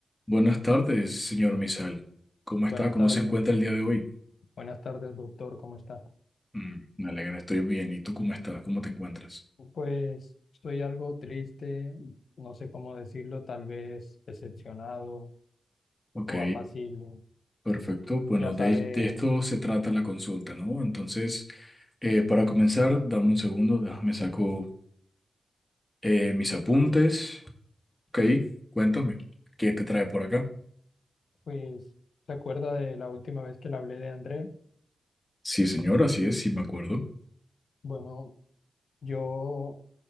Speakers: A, on the left; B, on the left.
A: Buenas tardes, señor Misal. ¿Cómo está?
B: Buenas
A: ¿Cómo
B: tardes,
A: se encuentra el día de hoy?
B: buenas tardes, doctor, ¿cómo está?
A: Mm, me alegra, estoy bien. ¿Y tú cómo estás? ¿Cómo te encuentras?
B: Pues estoy algo triste, no sé cómo decirlo, tal vez decepcionado
A: Ok,
B: o apacible.
A: perfecto. Bueno,
B: Ya sabe,
A: de, de esto se trata la consulta, ¿no? Entonces, eh, para comenzar, dame un segundo, déjame saco eh, mis apuntes. Ok, cuéntame, ¿qué te trae por acá?
B: pues, ¿se acuerda de la última vez que le hablé de André?
A: Sí, señor, así es, sí me acuerdo.
B: Bueno, yo